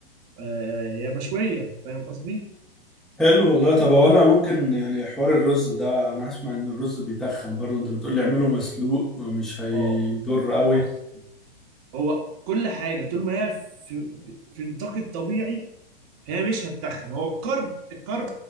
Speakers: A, on the right; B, in the centre.
A: آه هي مشوية فاهم قصدي
B: حلو والله طب هو انا ممكن يعني حوار الرز ده انا اسمع ان الرز بيتخن برضه انت بتقول لي اعمله مسلوق مش هيضر
A: اه
B: قوي
A: بص هو كل حاجة طول ما هي في, في في نطاق الطبيعي هي مش هتتخن هو الكرب الكرب